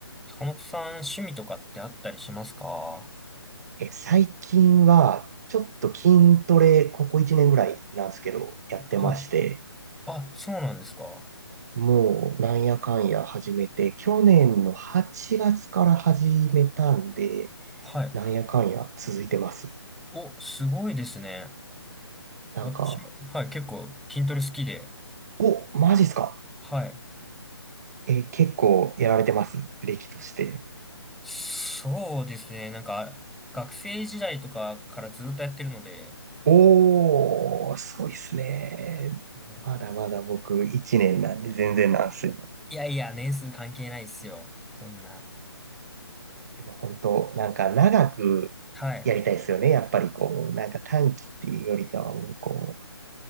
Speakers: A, in the centre; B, on the right.
A: 坂本さん、趣味とかってあったりしますか
B: え、最近は、ちょっと筋トレ、ここ1年ぐらいなんですけど、やってまして、
A: はい。あ、そうなんですか。
B: もう、なんやかんや始めて、去年の8月から始めたんで、
A: はい。
B: なんやかんや続いてます。
A: お、すごいですね。
B: なんか、
A: 私も、はい、結構筋トレ好きで。
B: お、マジっすか
A: はい。
B: え、結構やられてます。歴として。
A: そうですね。なんか、学生時代とかからずっとやってるので、
B: おー、そういっすね。
A: はい
B: まだまだ僕1年なんで全然なんすよ。
A: いやいや、年数関係ないっすよ。そんな。
B: でも本当、なんか長くやりたいですよね。
A: はい。
B: やっぱりこう、なんか短期っていうよりかはもうこう、